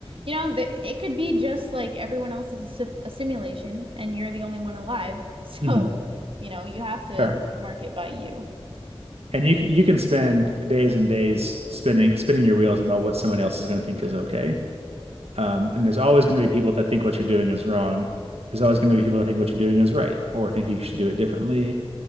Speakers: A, on the right (about 65°); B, on the right (about 85°).
A: you know, th it could be just like everyone else is a, sim a simulation and you're the only one alive. <laughs> So,
B: hmm
A: you know, you have to
B: Fair.
A: mark it by you.
B: And you c- you can spend days and days spinning spinning your wheels about what somebody else is going to think is okay. Um, and there's always going to be people that think what you're doing is wrong. There's always going to be people that think what you're doing is right or think you should do it differently.